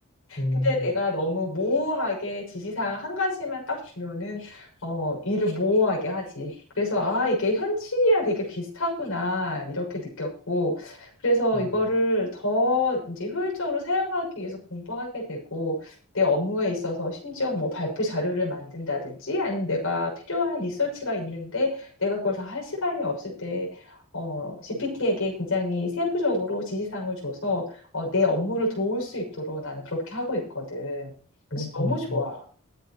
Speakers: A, on the left; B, on the left.
A: 음.
B: 근데 내가 너무 모호하게 지시사항 한 가지만 딱 주면은 어, 일을 모호하게 하지. 그래서 아, 이게 현실이랑 되게 비슷하구나 이렇게 느꼈고 그래서
A: 음.
B: 이거를 더 이제 효율적으로 사용하기 위해서 공부하게 되고 내 업무에 있어서 심지어 뭐 발표 자료를 만든다든지 아니면 내가 필요한 리서치가 있는데 내가 그걸 다 할 시간이 없을 때 어, GPT에게 굉장히 세부적으로 지시사항을 줘서 어, 내 업무를 도울 수 있도록 나는 그렇게 하고 있거든. 그래서
A: 그렇구나.
B: 너무 좋아.